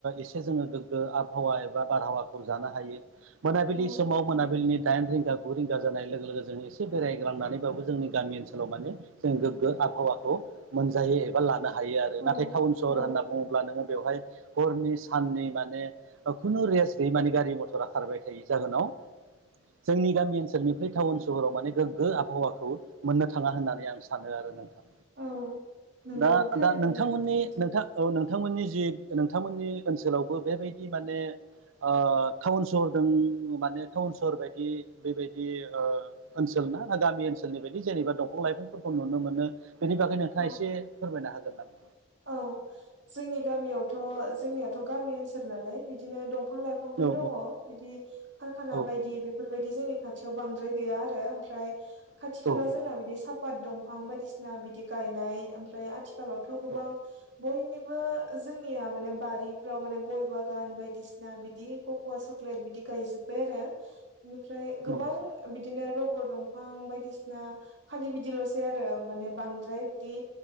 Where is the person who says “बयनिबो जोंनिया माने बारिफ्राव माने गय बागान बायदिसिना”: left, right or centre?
Right